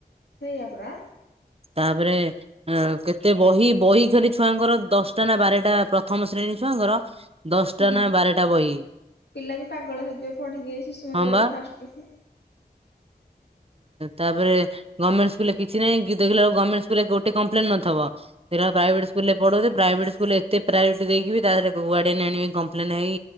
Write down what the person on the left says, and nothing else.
ସେଇଆ ପରା।
ହୁଁ,
ପିଲା ବି ପାଗଳ ହେଇଯିବେ ପଢିକି, ଏଇ ଶିଶୁ ମନ୍ଦିର
ରେ ଫାଷ୍ଟ ରୁ।